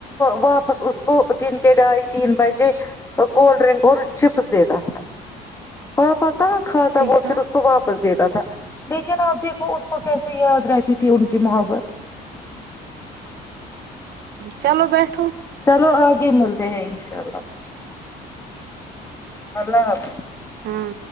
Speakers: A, on the left; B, on the right.
A: واپس اس دن کے ڈھائی تین بجے کوڈ ڈرنک ک چپس دی تت پاپک کہاں کھا تھا
B: دیکھا
A: وہ پھر اس کو واپس دیتا تھا لیکن آپ دیکھو اس کو کیسے یاد رہتی تھی ان کی محبت
B: چلو بیٹھو
A: چلو آگے ملتے ہیں انشاء اللہ اللہ حافظ
B: ہاں